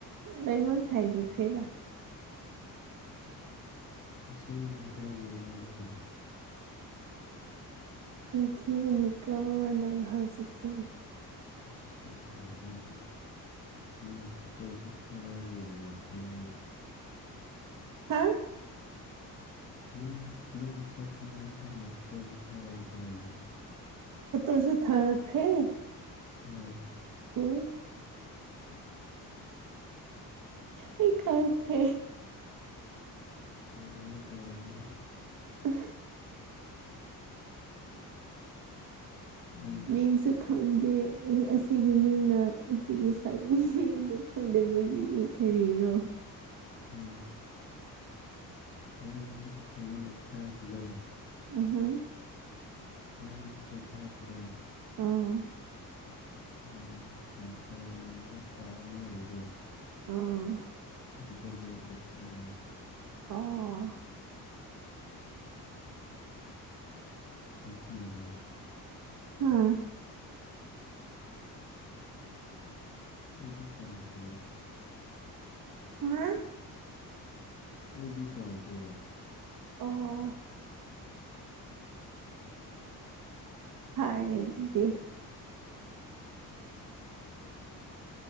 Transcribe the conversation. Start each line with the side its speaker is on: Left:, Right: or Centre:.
Right: ꯂꯣꯏꯉꯣꯏ ꯍꯥꯏꯕꯤꯈ꯭ꯔꯦꯗ
Left: ꯑꯁꯦꯡꯕꯅꯤ ꯍꯥꯏꯗꯤ ꯑꯩꯉꯣꯟꯗꯗꯤ
Right: ꯆꯤꯟ ꯊꯤꯕꯅꯤꯀꯣ ꯅꯪ ꯍꯧꯖꯤꯛꯁꯦ
Left: ꯑꯁ ꯇꯧꯁꯤꯟꯅꯔꯒ ꯅꯪ ꯐꯣꯇꯣꯁꯨ ꯊꯥꯔꯛꯑꯒ ꯌꯦꯡꯈ꯭ꯔꯦ ꯑꯩ
Right: ꯍꯥ
Left: ꯅꯪ ꯅꯪ ꯁꯛ ꯈꯪꯅꯁꯤ ꯍꯥꯏꯅ ꯐꯣꯇꯣꯁꯨ ꯊꯥꯔꯛꯏꯗꯅ ꯅꯪ
Right: ꯐꯣꯇꯣꯁꯨ ꯊꯔꯈ꯭ꯔꯦ
Left: ꯍꯣꯏ
Right: ꯑꯣ ꯑꯩ ꯀꯥꯎꯈ꯭ꯔꯦ
Left: ꯀꯥꯎꯔꯝꯅꯤ ꯀꯥꯎꯔꯝꯅꯤ
Right: <unintelligible>
Left: ꯅꯪ
Right: ꯃꯤꯡꯁꯨ ꯈꯪꯗꯦ ꯑꯁꯤꯒꯤ ꯃꯤꯡꯅ ꯑꯁꯤꯒꯤ ꯁꯛꯅꯤꯗꯨ ꯈꯪꯗꯕꯒꯤꯅꯤ ꯀꯔꯤꯔꯣ
Left: ꯎ ꯅꯪ ꯑꯩꯉꯣꯟꯗ ꯊꯥꯔꯛꯄꯗ
Right: ꯑꯍꯨꯝ
Left: ꯅꯪ ꯐꯣꯇꯣ ꯊꯥꯔꯛꯄꯗ
Right: ꯑꯥ
Left: ꯎ ꯂꯝꯐꯦꯜꯗ ꯄꯥꯠ ꯑꯃ ꯂꯩꯕꯗꯣ
Right: ꯑꯥ
Left: ꯑꯗꯨꯗ ꯂꯦꯞꯄꯒ ꯊꯥꯔꯛꯑꯦ
Right: ꯑꯣꯥ
Left: <unintelligible> ꯅꯤꯡꯁꯤꯡꯉꯕ
Right: ꯍꯥꯥ
Left: ꯑꯩꯗꯤ ꯀꯥꯎꯗꯤ
Right: ꯍꯥ
Left: ꯑꯩꯗꯤ ꯀꯥꯎꯗꯦꯕ
Right: ꯑꯣ ꯍꯥꯏꯔꯦ ꯑꯗꯨꯗꯤ